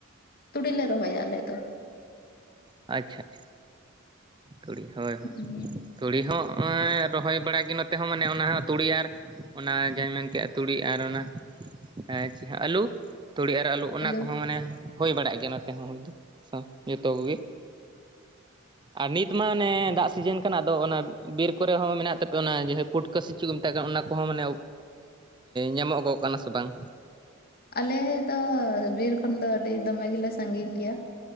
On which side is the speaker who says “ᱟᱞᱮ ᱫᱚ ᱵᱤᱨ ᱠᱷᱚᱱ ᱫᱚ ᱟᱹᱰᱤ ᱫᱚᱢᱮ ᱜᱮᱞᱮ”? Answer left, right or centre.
Left